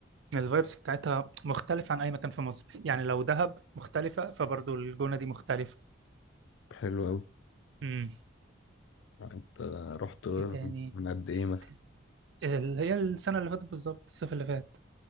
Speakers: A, on the right; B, on the left.
A: الفايبس بتاعتها مختلفة عن أي مكان في مصر يعني لو دهب مختلفة فبرضو الجونة دي مختلفة
B: حلو قوي
A: امم
B: انت رحت
A: ايه تاني
B: من قد ايه
A: إيه
B: مثلا
A: تاني؟ اللي هي السنة اللي فاتت بالظبط الصيف اللي فات